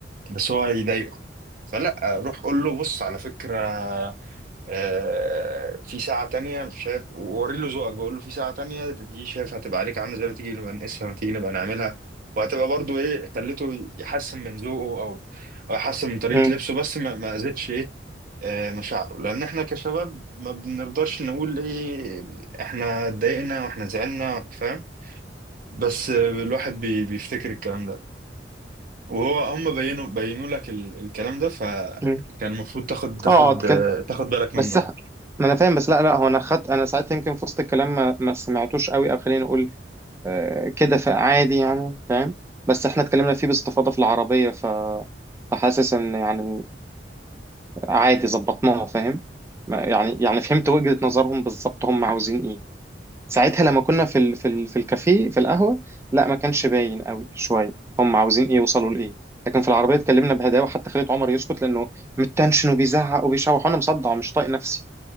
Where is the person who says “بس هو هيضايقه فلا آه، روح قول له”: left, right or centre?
Right